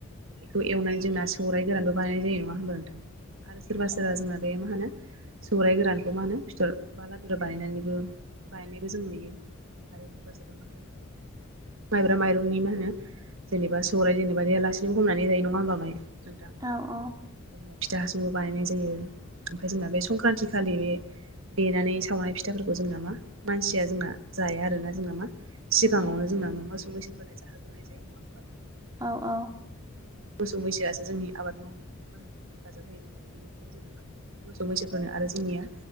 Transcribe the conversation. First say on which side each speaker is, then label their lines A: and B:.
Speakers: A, on the right; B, on the right.
A: बेखौ एवनानै जोंना सौराइ गोरानबो बानायनाय जायो नङा होनबा नोंथां आरो सोरबा सोरबा जोंना बे मा होनो सौरायाइ गोरानखौ मा होनो फिथर बा लादुरा बानायनानैबो बायनायबो जों नुयो। आरो सोरबा सोरबा मा होनो माइब्रा माइरंनि मा होनो जेनेबा सौराइ जेनेबा देयालासिनोबो हमनानै जायो नङा होमबा माइ नोंथां।
B: औ औ।
A: ओमफ्राय जोंना फिथा हासुबो बानायनाय जायो ओमफ्राय जोंना बे संक्रान्तिखालि बे देनानै सावनाय फिथाफोरखौ जोंना मा मानसिया जोंना जाया आरोना जोंना मा सिगाङावनो जोंना मोसौ-मैसोफोरनो जाहोग्रानाय जायो नङा होमबा नोंथां
B: औ औ।
A: मोसौ-मैसोआसो जोंनि आबाद मावनायाव मा होनो हेफाजाब होयो नों बेनिखायनो जोंना मा मोसौ-मैसोफोरनो आरो जोंनिया